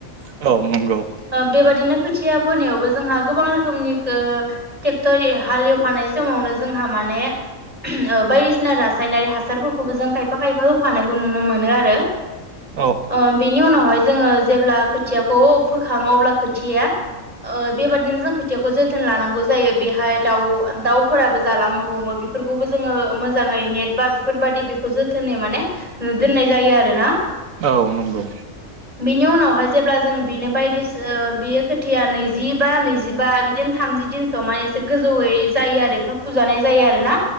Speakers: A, on the right; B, on the right.
A: औ नंगौ
B: बेबायादिनो खोथिया फोनायावबो जोंहा गोबां रोखोमनि ओ टेक्टर हाल एवखानाय समावनो जोंहा माने ओ बायदिसिना रासायनारि हासारफोरखौबो जों खायफा खायफा होफानायखौ नुनो मोनो आरो
A: औ
B: ओ बेनि उनावहाय जोङो जेब्ला खोथियाखौ फोखाङो अब्ला खोथिया ओ बेबादिनो जों खोथियाखौ जोथोन लानांगौ जायो बेहाय दाउ दाउफोराबो जालांनो हमो बेफोरखौबो जोङो मोजाङै नेट बा बेफोरबायादि बेखौ जोथोनै माने दोननाय जायो आरो ना
A: औ नंगौ
B: बिनि उनावहाय जेब्ला जों बिनो बायदिस ओ बियो खोथिया नैजिबा नैजिबा बिदिनो थामजि दिनसो माने एसे गोजौै यै जायो आरो ए फुजानाय जायो आरोना